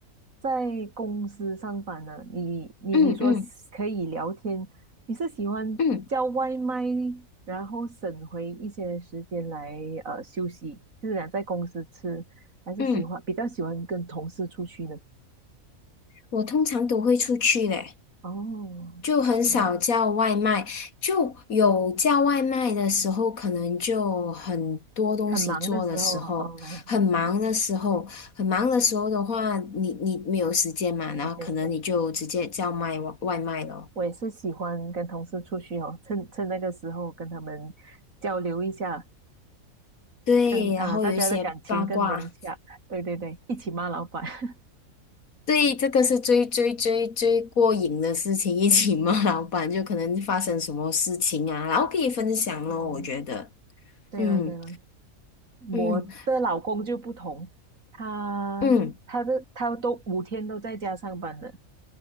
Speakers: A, on the right; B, on the left.
A: 在公司上班呢，你你你说是可以聊天，
B: 嗯嗯
A: 你是喜欢叫外卖，
B: 嗯
A: 然后省回一些时间来呃休息，就是想在公司吃，还是喜欢比较喜欢跟同事出去呢？
B: 嗯，我通常都会出去嘞，
A: 哦，
B: 就很少叫外卖，
A: 嗯
B: 就有叫外卖的时候，可能就很多东西做的时候，
A: 很忙的时候啊，哦，
B: 很忙的时候，
A: 对对
B: 很忙的时候的话，你你没有时间嘛，
A: 对对对，
B: 然后可能你就直接叫卖外外卖咯。
A: 我也是喜欢跟同事出去哦，趁趁那个时候跟他们交流一下。
B: 对，
A: 更啊、
B: 然后有一些八卦，
A: 大家的感情更融洽。对对对，一起骂老板。<laughs>
B: 对，这个是最最最最过瘾的事情，一起骂老板，
A: 嗯
B: 就可能发生什么事情啊，然后可以分享咯，
A: 嗯，
B: 我觉得，
A: 对了对了，
B: 嗯嗯
A: 我的老公就不同，他他的他都五天都在家上班的，
B: 嗯，